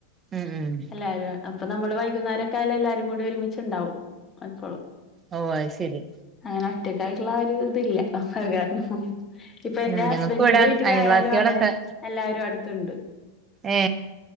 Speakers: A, on the right; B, on the left.
A: ഉം ഉം
B: എല്ലാരും അപ്പൊ നമ്മള് വൈകുന്നേര കായാല എല്ലാരും കൂടി ഒരുമിച്ചുണ്ടാവും അപ്പോഴും
A: ഓ ശരി
B: അങ്ങനെ ഒട്ടക്കായിട്ടുള്ള ആ ഇതില്ല കാരണം ഇപ്പൊ എന്റെ
A: ഉം
B: ഹസ്ബൻറിിന്റെ
A: ഞങ്ങക്ക് ഇവിടെ
B: വീട്ടിലായാലും
A: അയൽവാസികളൊക്കെ
B: അതെ എല്ലാരും അടുത്തണ്ട്
A: ഏ